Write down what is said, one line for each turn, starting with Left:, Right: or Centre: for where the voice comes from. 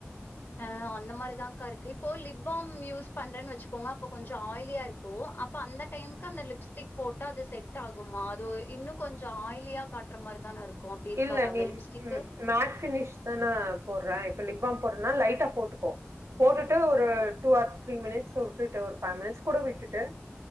Left: ஆ அந்த மாரிதாக்கா இருக்கு இப்போ லிப் பாம் யூஸ் பண்றேன்னு வச்சுக்கோங்க அப்ப கொஞ்ச ஆயிலியா இருக்கு அப்ப அந்த டைமுக்கு அந்த லிப்ஸ்டிக் போட்ட அது செட் ஆகுமா அது இன்னு கொஞ்ச ஆயிலியா காட்டுற மாரி தான இருக்கு அப்டி இருக்காதா
Right: இல்ல
Left: அந்த
Right: நீ
Left: லிப்ஸ்டிக்கு
Right: ம் மேட் பினிஷ் தானா போடுற இப்ப லிப்பாம் போடனா லைட்டா போட்டுக்கோ போட்டுட்டு ஒரு
Left: ம்
Right: டூ ஆர் த்ரீ மினிட்ஸ் விட்டுட்டு ஒரு ஃபைவ் மினிட்ஸ் கூட விட்டுட்டு